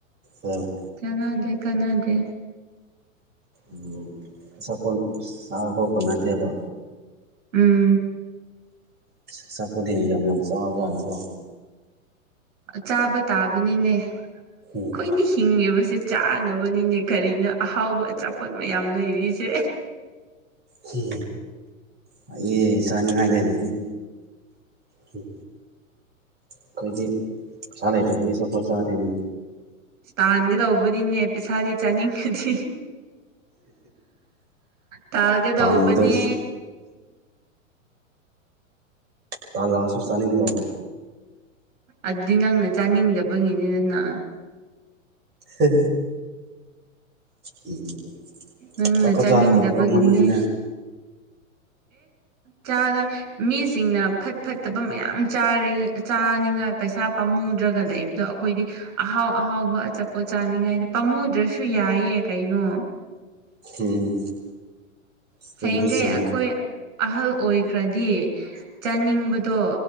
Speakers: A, on the right; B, on the right.
A: ꯑꯣ
B: ꯀꯅꯥꯗꯦ ꯀꯅꯥꯗꯦ
A: ꯎꯝ ꯑꯆꯥꯄꯣꯠ ꯁꯥꯕꯐꯥꯎ ꯀꯣꯟꯅꯗꯦꯕ
B: ꯎꯝ
A: ꯑꯆꯥꯄꫭꯠꯗꯤ ꯌꯥꯝ ꯌꯥꯝ ꯆꯥꯕ ꯖꯥꯠꯅꯤꯀꯣ
B: ꯆꯥꯕ ꯇꯥꯕꯅꯤꯅꯦ ꯑꯩꯈꯣꯏꯅ
A: ꯎꯝ
B: ꯍꯤꯡꯉꯤꯕꯁꯦ ꯆꯥꯅꯕꯅꯤꯅꯦ ꯀꯔꯤꯅꯣ ꯑꯍꯥꯎꯕ ꯑꯆꯥꯄꯣꯠ ꯃꯌꯥꯝ ꯂꯩꯔꯤꯁꯦ
A: ꯍꯤ ꯐꯤꯏꯌꯦ ꯆꯥꯅꯤꯉꯥꯏ ꯂꯩꯔꯗꯤ ꯍꯝ ꯑꯈꯣꯏꯗꯤ ꯄꯩꯁꯥ ꯂꯩꯇꯕꯒꯤ ꯑꯆꯥꯄꯣꯠ ꯆꯥꯗꯦꯅꯦ
B: ꯇꯥꯟꯒꯗꯧꯕꯅꯤꯅꯦ ꯄꯩꯁꯥꯗꯤ ꯆꯥꯅꯤꯡꯉꯗꯤ ꯇꯥꯒꯗꯧꯕꯅꯦ
A: ꯇꯥꯟꯕꯗꯣ ꯇꯥꯜꯂꯥꯛ ꯑꯁꯨ ꯆꯥꯅꯤꯡꯗꯕ
B: ꯑꯗꯨꯗꯤ ꯅꯪꯅ ꯆꯥꯅꯤꯡꯗꯕꯒꯤꯅꯦꯗꯅ
A: ꯍꯦ ꯍꯦ ꯎꯝ
B: ꯅꯪꯅ
A: ꯑꯆꯥꯄꯣꯠ
B: ꯆꯥꯅꯤꯡꯗꯕꯒꯤꯅꯦ
A: ꯆꯥꯒꯗꯕ ꯄꯥꯝꯃꯨꯏꯌꯦꯅꯦ ꯍꯝ
B: ꯆꯥꯗꯣꯏ ꯃꯤꯁꯤꯡꯅ ꯐꯠ ꯐꯠꯇꯕ ꯃꯌꯥꯝ ꯆꯥꯔꯤꯒ ꯆꯥꯅꯤꯡꯉꯥꯏ ꯄꯩꯁꯥ ꯄꯥꯝꯃꯨꯗ꯭ꯔꯒ ꯂꯩꯕ ꯑꯗꯣ ꯑꯈꯣꯏꯗꯤ ꯑꯍꯥꯎ ꯑꯍꯥꯎꯕ ꯑꯆꯥꯄꯣꯠ ꯆꯥꯅꯤꯡꯉꯥꯏꯗꯤ ꯄꯥꯝꯃꯨꯗ꯭ꯔꯁꯨ ꯌꯥꯏꯌꯦ ꯀꯩꯅꯣ
A: <unintelligible> ꯑꯗꯨꯕꯨꯗꯤ
B: ꯍꯌꯦꯡꯈꯩ
A: ꯆꯨꯝꯃꯤ
B: ꯑꯩꯈꯣꯏ ꯑꯍꯜ ꯑꯣꯏꯈ꯭ꯔꯗꯤ ꯆꯥꯅꯤꯡꯕꯗꯣ